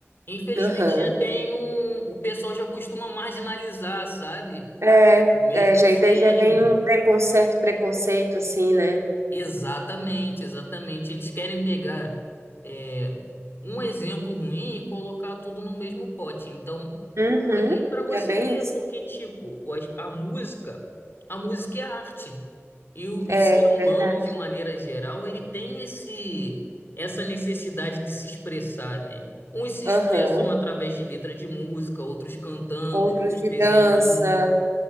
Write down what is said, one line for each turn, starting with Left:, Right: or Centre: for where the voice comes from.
Left: infelizmente
Right: aham.
Left: já tem um, o pessoal já costuma marginalizar, sabe?
Right: É,
Left: Mesmo
Right: é, já,
Left: sem,
Right: e daí já vem um preconceito, preconceito, assim, né?
Left: Exatamente, exatamente. Eles querem pegar é, um exemplo ruim e colocar tudo no mesmo pote. Então,
Right: Uhum,
Left: e para você
Right: é bem
Left: ver,
Right: isso.
Left: porque, tipo, o- a música, a música é arte. E o,
Right: É,
Left: e o ser
Right: verdade.
Left: humano, de maneira geral, ele tem esse, essa necessidade de se expressar, né? Uns se
Right: Aham.
Left: expressam através de letra de música, outros cantando,
Right: Outros
Left: outros
Right: de
Left: desenhando.
Right: dança.